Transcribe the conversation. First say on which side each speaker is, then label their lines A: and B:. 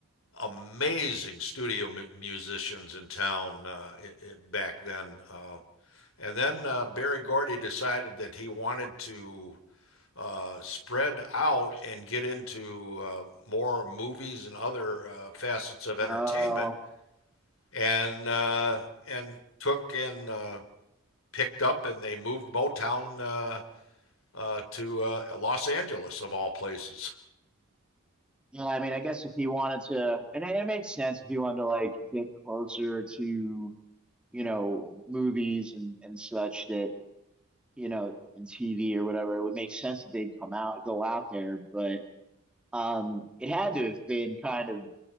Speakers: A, on the left (about 65°); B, in the centre.
A: amazing studio mu- musicians in town uh, i i- back then. Uh, and then uh, Barry Gordy decided that he wanted to uh, spread out and get into uh, more movies and other uh, facets of entertainment,
B: Uh,
A: and uh, and took and uh, picked up, and they moved Motown uh, uh, to uh, Los Angeles of all places.
B: Yeah, I mean, I guess if he wanted to, and it, it makes sense if he wanted to like get closer to, you know, movies and and such that, you know, and TV or whatever, it would make sense that they'd come out, go out there, but um it had to have been kind of